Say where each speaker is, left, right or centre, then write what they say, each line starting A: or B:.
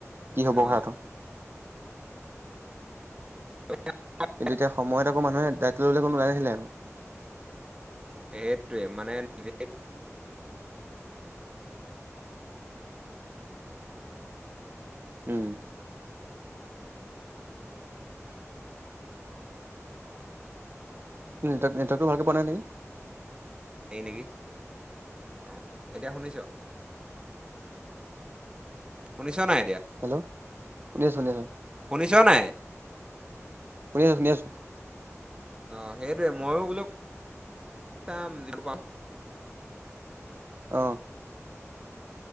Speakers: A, on the right; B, on the right.
A: কি হ'ব
B: অঁ
A: কথাটো।
B: <unintelligible>
A: কিন্ত এতিয়া সময়ত আকৌ মানুহে দায়িত্ব ল'লে কোনো <unintelligible>
B: সেইটোৱে মানে <unintelligible>
A: উম। নেটৱৰ্ক নেটৱৰ্কটো ভালকে পোৱা নাই নেকি।
B: <unintelligible> নেকি, অ' এতিয়া শুনিছোঁ। শুনিছোঁ নাই এতিয়া।
A: হেল্ল', শুনি আছোঁ শুনি আছোঁ।
B: শুনিছ নাই?
A: শুনি আছোঁ শুনি আছোঁ।
B: অ' সেইটোৱে ময়ো বোলে চাম <unintelligible> পাওঁ।
A: অ'।